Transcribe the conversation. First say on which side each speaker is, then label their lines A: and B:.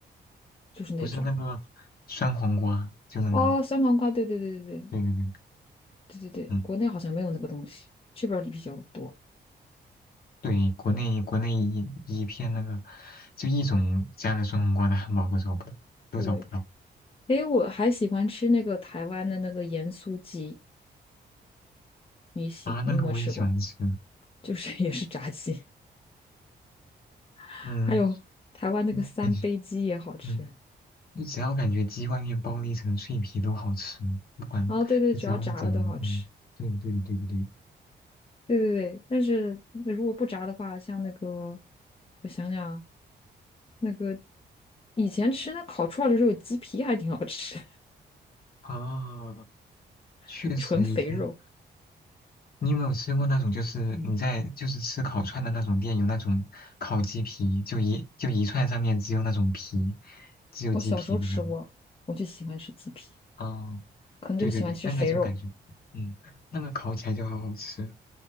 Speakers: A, on the left; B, on the left.
A: 就是那种。
B: 不是那个酸黄瓜，就那个，
A: 哦，酸黄瓜，对对对对对，
B: 对对对，
A: 对对对，
B: 嗯，
A: 国内好像没有那个东西，这边儿比较多。
B: 对，国内国内一一片那个就一种加了酸黄瓜的汉堡都找不到，都找不到
A: 对，诶，我还喜欢吃那个台湾的那个盐酥鸡，你喜你有没有吃过？
B: 啊，那个我也喜欢吃，
A: <laughs> 就是也是炸鸡，<laughs>
B: 嗯。
A: 还有台湾那个三杯鸡也好吃。
B: 嗯感觉嗯，就只要感觉鸡外面包了一层脆皮都好吃，不管就只要是炸的，
A: 哦，对对，只要炸了都好吃。
B: 嗯，对的对的对不对的。
A: 对对对，但是如果不炸的话，像那个我想想，那个以前吃那烤串儿的时候，鸡皮还挺好吃，
B: 啊，
A: <laughs>
B: 确实以前
A: 纯肥肉。
B: 你有没有吃过那种，就是你在就是吃烤串的那种店有那种烤鸡皮，就一就一串上面只有那种皮，只有鸡皮的那种。
A: 我小时候吃过，我就喜欢吃鸡皮，
B: 哦，
A: 可能就喜欢吃肥肉。
B: 对对对，那个就感觉，嗯，那个烤起来就好好吃。